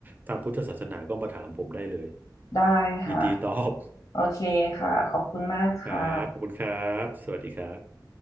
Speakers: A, on the right; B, on the left.
A: ทางพุทธศาสนาก็มาถามผมได้เลย
B: ได้ค่ะ
A: ยินดีตอบ
B: โอเคค่ะขอบคุณมากค่ะ
A: ครับขอบคุณครับสวัสดีครับ